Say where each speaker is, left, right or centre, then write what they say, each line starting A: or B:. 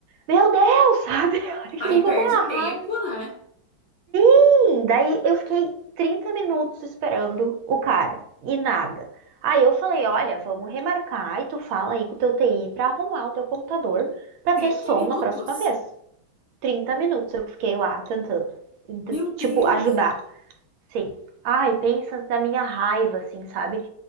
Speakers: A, on the right; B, on the left.
A: Meu Deus, sabe? <laughs> Eu fiquei
B: aí
A: com
B: perde
A: uma raiva.
B: tempo, né?
A: Sim, Daí eu fiquei 30 minutos esperando o cara e nada. Aí eu falei, olha, vamos remarcar e tu fala aí com o teu TI pra arrumar o teu computador pra
B: trinta
A: ter som
B: minutos?
A: na próxima vez. 30 minutos eu fiquei lá tentando,
B: Meu Deus!
A: tipo, ajudar. Sim. Ai, pensa na minha raiva, assim, sabe?